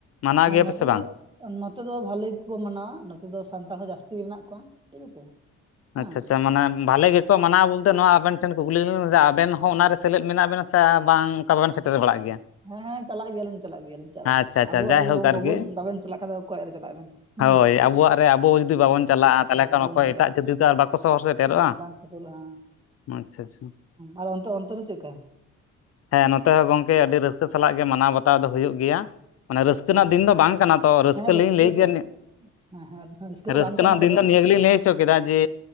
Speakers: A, on the left; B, on the right.
A: ᱢᱟᱱᱟᱣ
B: ᱦᱮᱸ
A: ᱜᱮᱭᱟ
B: ᱱᱚᱛᱮ
A: ᱯᱮ ᱥᱮ ᱵᱟᱝ
B: ᱫᱚ ᱱᱚᱛᱮ ᱫᱚ ᱵᱟᱹᱞᱤ ᱜᱮᱠᱚ ᱢᱟᱱᱟᱣᱟ ᱱᱚᱛᱮ ᱫᱚ ᱥᱟᱱᱛᱟᱲ ᱦᱚᱸ ᱡᱟᱹᱥᱛᱤ ᱜᱮ ᱢᱮᱱᱟᱜ ᱠᱚᱣᱟ ᱢᱮᱱᱟᱜ ᱠᱚᱣᱟ ᱴᱤᱠ ᱟᱪᱷᱮ ᱦᱮᱸ
A: ᱟᱪᱪᱷᱟ ᱟᱪᱪᱷᱟ ᱢᱟᱱᱮ ᱵᱷᱟᱞᱮ ᱜᱮᱛᱚ? ᱢᱟᱱᱟᱣ ᱵᱚᱞᱛᱮ ᱱᱚᱣᱟ ᱟᱵᱮᱱ ᱴᱷᱮᱱ ᱠᱩᱠᱞᱤ ᱞ ᱞᱮᱫᱟ ᱟᱵᱮᱱ ᱦᱚᱸ ᱚᱱᱟᱨᱮ ᱥᱮᱞᱮᱫ ᱢᱮᱱᱟᱜ ᱵᱮᱱᱟ ᱥᱮ ᱵᱟᱝ ᱚᱠᱟ ᱵᱟᱵᱮᱱ ᱥᱮᱴᱮᱨ ᱵᱟᱲᱟᱜ ᱜᱮᱭᱟ᱾
B: ᱦᱮᱸ ᱦᱮᱸ ᱪᱟᱞᱟᱜ ᱜᱮᱭᱟᱞᱤᱧ ᱪᱟᱞᱟᱜ ᱜᱮᱭᱟᱞᱤᱧ ᱪᱟᱜ ᱵᱟᱝ
A: ᱟᱪᱪᱷᱟ ᱟᱪᱪᱷᱟ
B: ᱟᱵᱚᱣᱟᱜ
A: ᱡᱟᱭᱦᱳᱠ
B: ᱫᱚ
A: ᱟᱨᱠᱤ
B: ᱵᱟᱵᱚᱱ ᱵᱟᱵᱮᱱ ᱪᱟᱞᱟᱜ ᱠᱷᱟᱱ ᱫᱚ ᱚᱠᱚᱭᱟᱜ ᱨᱮ ᱪᱟᱞᱟᱜᱼᱟ ᱵᱮᱱ ᱦᱮᱸ
A: ᱟᱵᱚᱣᱟᱜ ᱨᱮ ᱟᱵᱚ ᱡᱩᱫᱤ ᱵᱟᱵᱚᱱ ᱪᱟᱞᱟᱜᱼᱟ ᱛᱟᱦᱚᱞᱮ
B: ᱵᱟᱵᱚᱱ
A: ᱠᱷᱟᱱ ᱚᱠᱚᱭ
B: ᱪᱟᱞᱟᱜᱼᱟ
A: ᱮᱴᱟᱜ ᱡᱟᱹᱛᱤ ᱫᱚ ᱵᱟᱠᱚ ᱥᱚᱦᱚᱨ ᱥᱮᱴᱮᱨᱚᱜᱼᱟ᱾
B: ᱵᱟᱝ ᱵᱟᱝ ᱯᱚᱥᱚᱨᱚᱜᱼᱟ
A: ᱟᱪᱪᱷᱟ ᱟᱪᱪᱷᱟ
B: ᱟᱨ ᱚᱱ ᱚᱱᱛᱮ ᱨᱮ ᱪᱮᱫ ᱞᱮᱠᱟ
A: ᱦᱮᱸ ᱱᱚᱛᱮ ᱦᱚᱸ ᱜᱚᱝᱠᱮ ᱟᱹᱰᱤ ᱨᱟᱹᱥᱠᱟᱹ ᱥᱟᱞᱟᱜ ᱜᱮ ᱢᱟᱱᱟᱣ ᱵᱟᱛᱟᱣ ᱫᱚ ᱦᱩᱭᱩᱜ ᱜᱮᱭᱟ᱾ ᱢᱟᱱᱮ ᱨᱟᱹᱥᱠᱟᱹ
B: ᱟᱪᱪᱷᱟ
A: ᱨᱮᱱᱟᱜ ᱫᱤᱱ ᱫᱚ ᱵᱟᱝ ᱠᱟᱱᱟ ᱛᱚ ᱨᱟᱹᱥᱠᱟᱹ
B: ᱦᱮᱸ
A: ᱞᱤᱧ ᱞᱟᱹᱭ ᱜᱮᱭᱟ
B: ᱫᱚ ᱦᱮᱸ ᱦᱮᱸ ᱫᱚ
A: ᱨᱟᱹᱥᱠᱟᱹ
B: ᱵᱟᱝ
A: ᱨᱮᱱᱟᱜ
B: ᱠᱟᱱᱟ
A: ᱫᱤᱱ
B: ᱠᱚᱫᱚ
A: ᱫᱚ ᱚ ᱱᱤᱭᱟᱹ ᱜᱮᱞᱤᱧ ᱞᱟᱹᱭ ᱚᱪᱚ ᱠᱮᱫᱟ ᱡᱮ